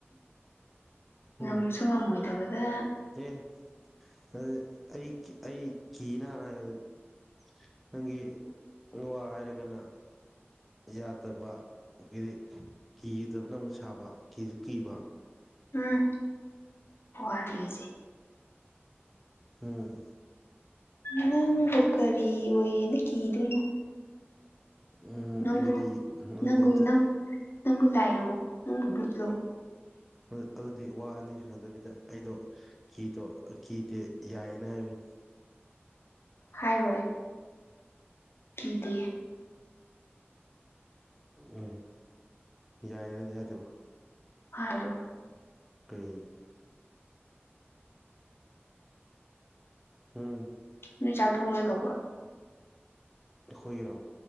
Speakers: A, on the left; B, in the centre.
A: ꯉꯝꯁꯨ
B: ꯎꯝ
A: ꯉꯝꯃꯣꯏꯗꯕꯗ
B: ꯑꯦ ꯑꯗꯨꯗꯤ ꯑꯩ ꯑꯩ ꯀꯤꯅ ꯍꯥꯟꯅ ꯍꯥꯏꯌꯣ ꯑꯗꯨꯗꯤ ꯅꯪꯒꯤ ꯋꯥ ꯍꯥꯏꯔꯒꯅ ꯌꯥꯗꯕ ꯑꯗꯤ ꯀꯤꯗꯕꯅ ꯑꯃꯨꯛ ꯁꯥꯕ ꯀꯤꯁꯨ ꯀꯤꯕ
A: ꯎꯝ ꯋꯥꯔꯁꯦ
B: ꯎꯝ
A: ꯅꯪꯕꯨ ꯀꯔꯤ ꯑꯣꯏꯌꯦꯅ ꯀꯤꯗꯨꯏꯅꯣ
B: ꯎꯝ
A: ꯅꯪꯕꯨ
B: ꯑꯗꯨꯗꯤ ꯑꯗꯨꯗꯤ
A: ꯅꯪꯕꯨ
B: ꯑꯝꯇ
A: ꯅꯪꯕꯨ ꯅꯪꯕꯨ ꯂꯏꯔꯣ ꯅꯪꯕꯨ ꯕꯨꯠꯂꯣ
B: ꯑꯗꯨ ꯑꯗꯨꯗꯤ ꯋꯥ ꯑꯅꯤ ꯁꯨꯅꯗꯕꯤꯗ ꯑꯩꯗꯣ ꯀꯤꯇꯣ ꯀꯤꯇꯦ ꯌꯥꯏꯅ ꯍꯥꯌꯨꯅꯦ
A: ꯍꯥꯏꯔꯣꯏ ꯀꯤꯇꯦ
B: ꯎꯝ ꯌꯥꯄꯗꯤ ꯍꯥꯏꯗꯕ
A: ꯍꯥꯏꯔꯣꯏ
B: ꯀꯔꯤ ꯎꯝ
A: ꯅꯣꯏ ꯆꯥꯛ ꯊꯣꯡ ꯂꯣꯏꯒꯔꯥꯕꯣ
B: ꯑꯈꯣꯏꯒꯤꯔꯣ